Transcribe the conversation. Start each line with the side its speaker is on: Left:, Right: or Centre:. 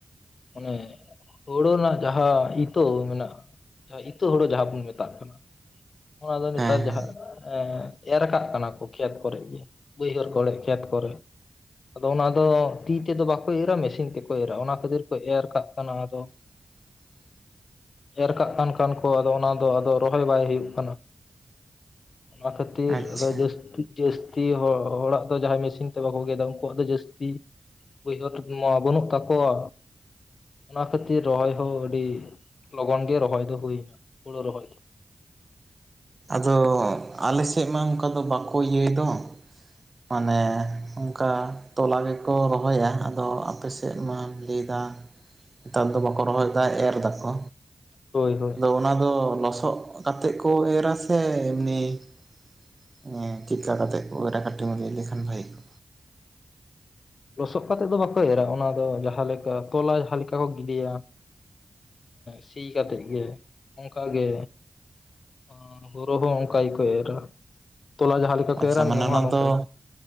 Left: ᱚᱱᱮ <inaudible> ᱦᱳᱲᱳ ᱨᱮᱱᱟᱜ ᱡᱟᱦᱟᱸ ᱤᱛᱟᱹ ᱢᱮᱱᱟᱜ-ᱟ, ᱤᱛᱟᱹ ᱦᱳᱲᱳ ᱡᱟᱦᱟᱸ ᱵᱚᱱ ᱢᱮᱛᱟᱜ ᱠᱟᱱᱟ ᱚᱱᱟ ᱫᱚ
Right: ᱦᱮᱸ
Left: ᱱᱮᱛᱟᱨ ᱡᱟᱦᱟᱸ ᱮᱨ ᱠᱟᱜ ᱠᱟᱱᱟ ᱠᱚ ᱠᱷᱮᱛ ᱠᱚᱨᱮ ᱜᱮ ᱵᱟᱹᱭᱦᱟᱹᱲ ᱠᱚᱨᱮ ᱠᱷᱮᱛ ᱠᱚᱨᱮ ᱟᱫᱚ ᱚᱱᱟ ᱫᱚ ᱛᱤ ᱛᱮᱫᱚ ᱵᱟᱠᱚ ᱤᱨᱟ ᱢᱮᱥᱤᱱ ᱛᱮᱠᱚ ᱚᱨᱟ ᱚᱱᱟ ᱠᱷᱟᱹᱛᱤᱨ ᱠᱚ ᱮᱨ ᱠᱟᱜ ᱠᱟᱱᱟ ᱟᱫᱚ
Right: <inaudible>
Left: ᱮᱨ ᱠᱟᱜ ᱠᱟᱱ ᱠᱷᱟᱱ ᱠᱚ ᱟᱫᱚ ᱚᱱᱟ ᱫᱚ ᱟᱫᱚ ᱨᱚᱦᱚᱭ ᱵᱟᱭ ᱦᱩᱭᱩᱜ ᱠᱟᱱᱟ <inaudible> ᱚᱱᱟ ᱠᱷᱟᱹᱛᱤᱨ
Right: ᱟᱪᱪᱷᱟ
Left: ᱟᱫᱚ ᱡᱟᱹᱥᱛᱤ ᱡᱟᱹᱥᱛᱤ ᱦᱚᱲ ᱦᱚᱲᱟᱜ ᱫᱚ ᱡᱟᱦᱟᱸᱭ ᱢᱮᱥᱤᱱ ᱛᱮ ᱵᱟᱠᱚ ᱜᱮᱫᱟ ᱩᱱᱠᱩᱣᱟᱜ ᱫᱚ ᱡᱟᱹᱥᱛᱤ ᱵᱟᱹᱭᱦᱟᱹᱲ ᱢᱟ ᱵᱟᱹᱱᱩᱜ ᱛᱟᱠᱚᱣᱟ᱾ ᱚᱱᱟ ᱠᱷᱟᱹᱛᱤᱨ ᱨᱚᱦᱚᱭ ᱦᱚᱸ ᱟᱹᱰᱤ ᱞᱚᱜᱚᱱ ᱜᱮ ᱨᱚᱦᱚᱭ ᱫᱚ ᱦᱩᱭᱱᱟ ᱦᱩᱲᱳ ᱨᱚᱦᱚᱭ,
Right: ᱟᱫᱚ ᱟᱞᱮ ᱥᱮᱫ ᱢᱟ ᱚᱱᱠᱟ ᱫᱚ ᱵᱟᱠᱚ ᱤᱭᱟᱹᱭ ᱫᱚ, ᱢᱟᱱᱮ ᱚᱱᱠᱟ ᱛᱚᱞᱟ ᱜᱮᱠᱚ ᱨᱚᱦᱚᱭᱟ ᱟᱫᱚ ᱟᱯᱮ ᱥᱮᱫ ᱢᱟ ᱞᱟᱹᱭ ᱫᱟᱢ ᱱᱮᱛᱟᱨ ᱫᱚ ᱵᱟᱠᱚ ᱨᱚᱦᱚᱭ ᱫᱟ ᱮᱨ ᱫᱟᱠᱚ,
Left: ᱦᱳᱭ ᱦᱳᱭ
Right: ᱟᱫᱚ ᱚᱱᱟ ᱫᱚ ᱞᱚᱥᱚᱫ ᱠᱟᱛᱮᱫ ᱠᱚ ᱮᱨᱟ ᱥᱮ ᱮᱢᱱᱤ <inaudible> ᱪᱮᱠᱟ ᱠᱟᱛᱮ ᱠᱚ ᱮᱨᱟ ᱠᱟᱹᱴᱤᱡ ᱮᱢ ᱞᱟᱹᱭ ᱞᱮᱠᱷᱟᱱ ᱵᱷᱟᱜᱮ ᱠᱚ
Left: ᱞᱚᱥᱚᱫ ᱠᱟᱛᱮᱫ ᱫᱚ ᱵᱟᱠᱚ ᱮᱨᱟ ᱚᱱᱟ ᱫᱚ ᱡᱟᱦᱟᱸ ᱞᱮᱠᱟ ᱛᱚᱞᱟ ᱡᱟᱦᱟᱸ ᱞᱮᱠᱟ ᱠᱚ ᱜᱤᱰᱤᱭᱟ ᱥᱤ ᱠᱟᱛᱮᱫ ᱜᱮ ᱚᱱᱠᱟ ᱜᱮ ᱦᱚᱸ ᱦᱳᱨᱳ ᱦᱚᱸ ᱚᱱᱠᱟ ᱜᱮᱠᱚ ᱮᱨᱟ <inaudible> ᱛᱚᱞᱟ ᱡᱟᱦᱟᱸ ᱞᱮᱠᱟ ᱠᱚ
Right: ᱟᱪᱪᱷᱟ
Left: ᱮᱨᱟ ᱱᱚᱣᱟ
Right: ᱢᱟᱱᱮ ᱚᱱᱟ
Left: ᱦᱚᱸ ᱱᱚᱝᱠᱟ
Right: ᱫᱚ
Left: ᱜᱮ᱾